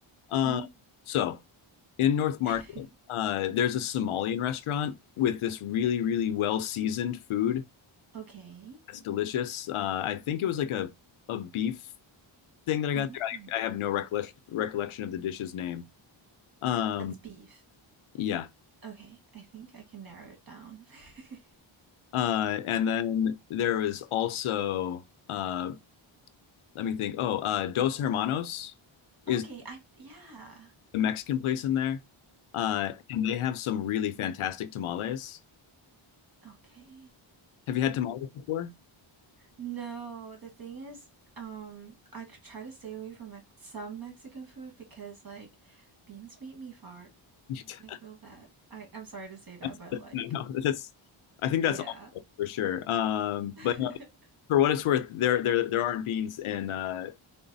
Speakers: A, on the left; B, on the right.
A: Uh,
B: Mm.
A: so in North Market,
B: <laughs>
A: uh, there's a Somalian restaurant with this really really well seasoned food.
B: Okay.
A: It's delicious. Uh, I think it was like a a beef thing that I
B: Mm.
A: got there. I, I have no recollection recollection of the dish's name. Um,
B: That's beef.
A: yeah.
B: Okay, I think I can narrow it down. <laughs>
A: Uh, and then there was also uh, let me think. Oh, uh, Dos Hermanos is
B: Okay, I yeah.
A: the Mexican place in there. Uh, and they have some really fantastic tamales.
B: Okay.
A: Have you had tamales before?
B: No, the thing is, um, I c- try to stay away from Mex some Mexican food because like beans make me fart
A: <laughs>
B: like real bad. I I'm sorry to say that,
A: That's,
B: but like
A: no, that's, I think that's
B: yeah.
A: all for sure. Um,
B: <laughs>
A: but uh, for what it's worth, there there there aren't beans in uh,